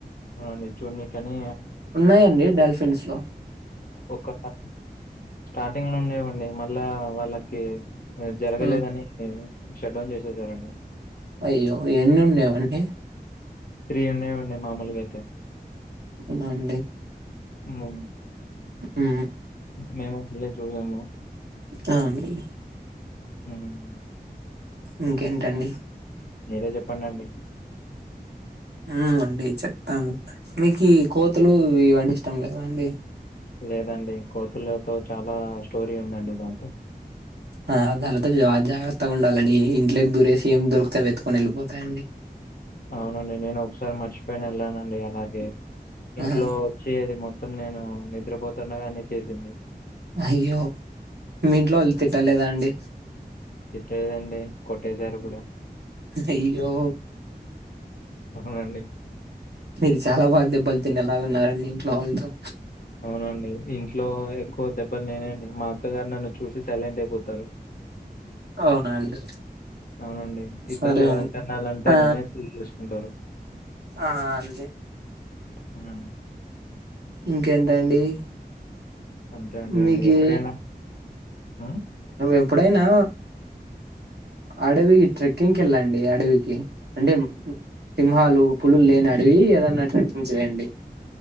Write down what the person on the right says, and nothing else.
ఉన్నాయండి డాల్ఫిన్సు
ఆ
అయ్యో ఎన్ని ఉండేవుండేవి అన్ని
అవునండి
హ్మ్
ఆ అండి
ఇంకేంటండి
హ్మ్ అండి చెప్తాము మీకు కోతులు ఇవి వంటి ఇష్టం లేదాండి
ఆ గాలతోటి జాగ్రత్తగా ఉండాలని ఇంట్లోకి దురేసి ఏం దొరుకుతే అవి ఎత్తుకొని వెళ్ళిపోతాయండి
ఆహా
అయ్యో మీ ఇంట్లోవాళ్ళు తిట్టలేదా అండి
అయ్యో
మీరు చాలా బాగా దెబ్బలు తినేలాగా ఉన్నారండి ఇంట్లో వాళ్ళతో
అవునా అండి
సరే
అండి
ఆ
ఆ అండి
ఇంకేంటి అండి
మీకీ
ఎప్పుడైనా అడవి ట్రెక్కింగ్కి ఎళ్ళండి అడవికి అంటే సింహాలు పులులు లేని అడివి ఏదన్నా ట్రెక్కింగ్ చేయండి